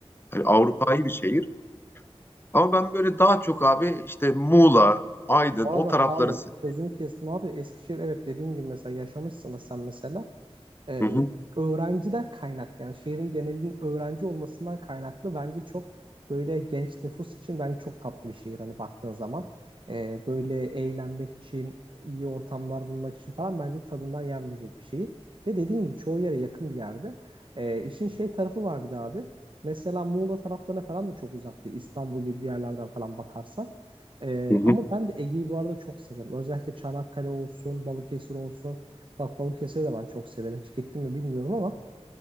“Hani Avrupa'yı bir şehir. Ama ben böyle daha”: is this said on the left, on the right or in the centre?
Left